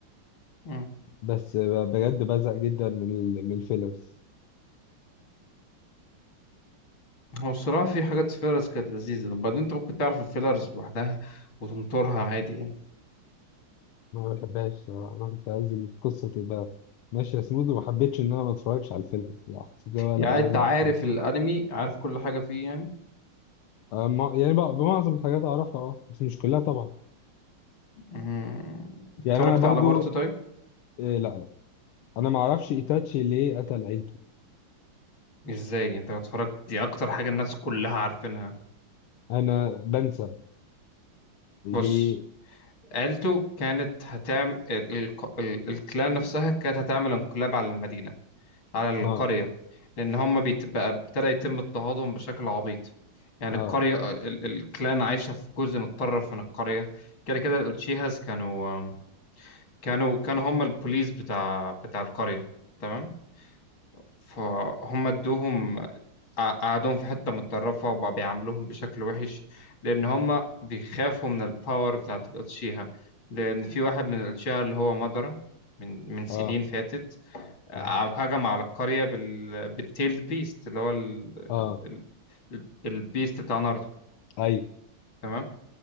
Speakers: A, on the left; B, on the left.
A: مم.
B: بس آه، بجد بزهق جدا من ال- من الفيلرز
A: هو الصراحة في حاجات فيلرز كانت لذيذة وبعدين انت ممكن تعرف الفيلرز لوحدها وتنطرها عادي يعني
B: ما بحبهاش الصراحة أنا كنت عايز القصة تبقى ماشية سموث وما حبيتش إن أنا ما أتفرجش على الفيلم الصراحة حسيت اللي هو لأ
A: يعني
B: لازم
A: انت عارف
B: أشوف كلها
A: الانمي عارف كل حاجة فيه يعني
B: آه، مع- يعني بقى بمعظم الحاجات أعرفها أه بس مش كلها طبعا
A: مم. اتفرجت
B: يعني أنا برضو
A: على بورتو طيب
B: إيه لأ لأ أنا ما أعرفش إيتاتشي ليه قتل عيلته
A: ازاي انت لو اتفرجت دي اكتر حاجة الناس كلها عارفينها
B: أنا بنسى ليه
A: بص عيلته كانت هتعمل ال... ال... ال... الكلان نفسها كانت هتعمل انقلاب على المدينة على القرية
B: أه
A: لأن هم بيت- بقى ابتدى يتم اضطهادهم بشكل عبيط يعني
B: أه
A: القرية ال- الكلان عايشة في جزء متطرف من القرية كده كده الأوتشيهاس كانوا كانوا كانوا هم البوليس بتاع بتاع القرية تمام فهم ادوهم قع- قعدوهم في حتة متطرفة وبقى بيعاملوهم بشكل وحش لأن هم بيخافوا من الباور بتاعت الأوتشيها لأن في واحد من الأوتشيها اللي هو مدرة من من سنين
B: أه
A: فاتت عم
B: أه
A: هجم على القرية بال... بالتيلد بيست اللي هو ال...
B: أه
A: ال... البيست بتاع ناروتو
B: أيوه
A: تمام